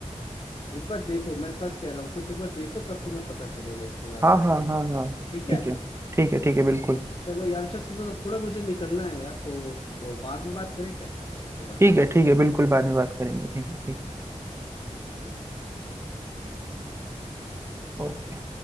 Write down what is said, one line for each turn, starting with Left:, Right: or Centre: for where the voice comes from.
Left: एक बार देखो मैं सच कह रहा हूँ कुछ एक बार देखो तब तुम्हें पता चलेगा इसके बारे
Right: हाँ
Left: में
Right: हाँ हाँ हाँ
Left: ठीक है
Right: ठीक है ठीक है ठीक है बिल्कुल
Left: चलो यार अच्छा सुनो ना थोड़ा मुझे निकलना है यार तो वो बाद में बात करें क्या इस चीज के बारे
Right: ठीक
Left: में
Right: है ठीक है बिल्कुल बाद में बात
Left: ठीक
Right: करेंगे
Left: है
Right: ठीक है ठीक
Left: ठीक है ठीक है चलो
Right: ओके